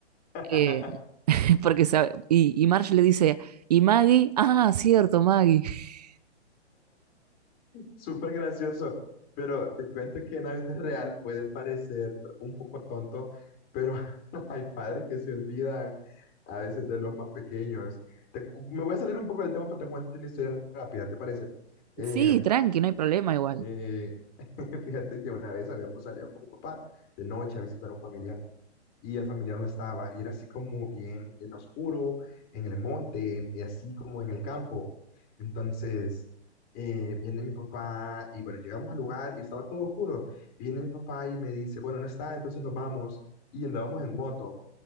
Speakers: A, on the left; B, on the right.
A: <laughs>
B: Eh, Porque sabe- y, y Marge le dice, ¿y Maggie? Ah, cierto, Maggie. <laughs>
A: Súper gracioso, pero te cuento que en la vida real puede parecer un poco tonto, pero <laughs> hay padres que se olvidan a veces de los más pequeños. Te me voy a salir un poco del tema, pero te cuento una historia rápida, ¿te parece? Eh,
B: Sí, tranqui, no hay problema igual.
A: eh, <laughs> fíjate que una vez habíamos salido con mi papá de noche a visitar a un familiar y el familiar no estaba. Y era así como bien en oscuro, en el monte, en- y así como en el campo. Entonces, eh, viene mi papá y bueno, llegamos al lugar y estaba todo oscuro. Viene mi papá y me dice, bueno, no está, entonces nos vamos. Y andábamos en moto.